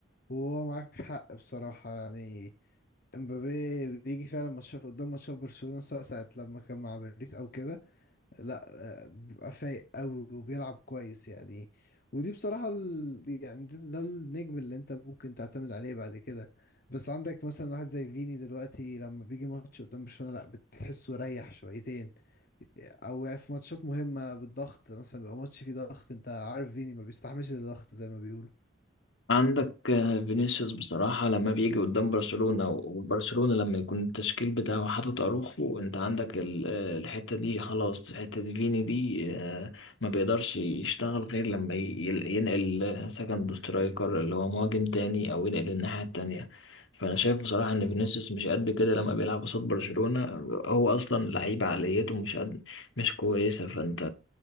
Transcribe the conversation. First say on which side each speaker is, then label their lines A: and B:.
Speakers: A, on the left; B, on the left.
A: هو معاك حق بصراحة يعني امبابي بيجي فعلا ماتشات قدام ماتشات برشلونة سواء ساعة لما كان مع باريس او كده لا آه، بيبقى فايق قوي وبيلعب كويس يعني ودي بصراحة ال... يعني ده, ده النجم اللي انت ممكن تعتمد عليه بعد كده بس عندك مثلا واحد زي فيني دلوقتي لما بيجي ماتش قدام برشلونة لا بتحسه ريح شويتين او يعني في ماتشات مهمة بالضغط مثلا بيبقى ماتش فيه ضغط انت عارف فيني ما بيستحملش الضغط زي ما بيقولوا
B: عندك آه، فينيسيوس بصراحة لما بيجي قدام برشلونة وبرشلونة لما يكون التشكيل بتاعه حاطط أروخو أنت عندك ال- آه، الحتة دي خلاص حتة فيني دي آه، ما بيقدرش يشتغل غير لما ي- يل- ينقل سكند سترايكر اللي هو مهاجم تاني أو ينقل الناحية التانية فأنا شايف بصراحة إن فينيسيوس مش قد كده لما بيلعب قصاد برشلونة هو أصلا لعيب عقليته مش قد مش كويسة فأنت